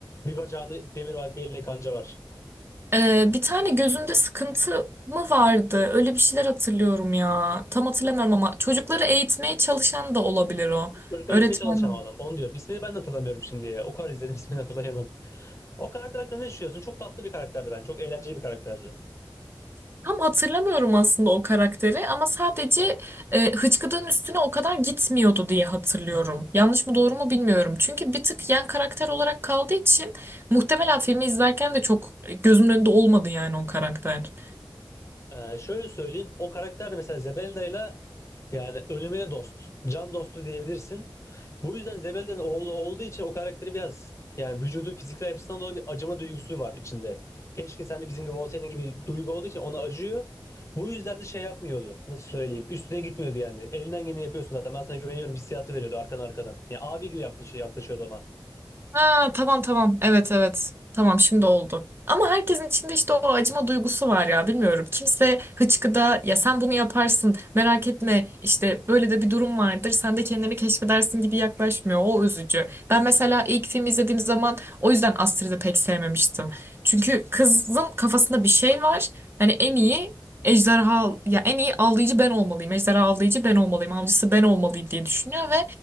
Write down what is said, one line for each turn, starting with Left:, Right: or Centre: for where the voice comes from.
Left: Bir bacağında demir var bir elinde kanca var.
Right: Ee, bir tane gözünde sıkıntı mı vardı? Öyle bir şeyler hatırlıyorum ya. Tam hatırlamıyorum ama çocukları eğitmeye çalışan da olabilir o.
Left: Çocuklar
Right: Öğretmen
Left: etmeye çalışan adam. Onu diyorum. İsmini ben de hatırlamıyorum şimdi ya. O kadar izledim ismini hatırlayamadım. <laughs> O karakter hakkında ne düşünüyorsun? Çok tatlı bir karakterdi ben. Çok eğlenceli bir karakterdi.
Right: Tam hatırlamıyorum aslında o karakteri ama sadece e, Hıçkıdık'ın üstüne o kadar gitmiyordu diye hatırlıyorum. Yanlış mı doğru mu bilmiyorum. Çünkü bir tık yan karakter olarak kaldığı için muhtemelen filmi izlerken de çok gözümün önünde olmadı yani o karakter.
Left: Ee, şöyle söyleyeyim. O karakter de mesela Zebelda'yla yani ölümüne dost. Can dostu diyebilirsin. Bu yüzden Zebelda'nın oğlu olduğu için o karakteri biraz yani vücudu fiziksel yapısından dolayı bir acıma duygusu var içinde. Keşke sen de bizim gibi olsaydın gibi duygu olduğu için ona acıyor. Bu yüzden de şey yapmıyordu. Nasıl söyleyeyim? Üstüne gitmiyordu yani. Elinden geleni yapıyorsun zaten. Ben sana güveniyorum hissiyatı veriyordu arkan arkadan. Yani abi gibi yaklaşıyor, yaklaşıyordu ona.
Right: Ha tamam tamam. Evet evet. Tamam şimdi oldu. Ama herkesin içinde işte o acıma duygusu var ya bilmiyorum. Kimse hıçkıda ya sen bunu yaparsın merak etme işte böyle de bir durum vardır sen de kendini keşfedersin gibi yaklaşmıyor. O üzücü. Ben mesela ilk filmi izlediğim zaman o yüzden Astrid'i pek sevmemiştim. Çünkü kızın kafasında bir şey var. Hani en iyi ejderha ya en iyi avlayıcı ben olmalıyım. Ejderha avlayıcı ben olmalıyım. Avcısı ben olmalıyım diye düşünüyor ve